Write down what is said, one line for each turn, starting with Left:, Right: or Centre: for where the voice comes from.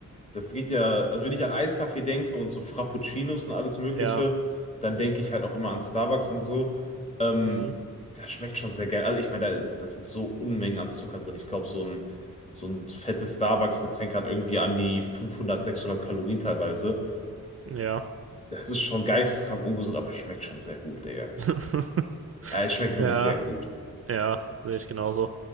Left: das geht ja, also wenn ich an Eiskaffee denke und so Frappuccinos und alles Mögliche,
Right: Ja,
Left: dann denke ich halt auch immer an Starbucks und so. Ähm,
Right: mhm,
Left: das schmeckt schon sehr geil. Also ich meine, da, das sind so Unmengen an Zucker drin. Ich glaube, so ein, so ein fettes Starbucks-Getränk hat irgendwie an die fünfhundert sechshundert Kalorien teilweise.
Right: ja,
Left: Das ist schon geisteskrank ungesund, aber schmeckt schon sehr gut, Digga.
Right: <laughs>
Left: Ja, es schmeckt wirklich
Right: ja,
Left: sehr gut.
Right: ja, sehe ich genauso.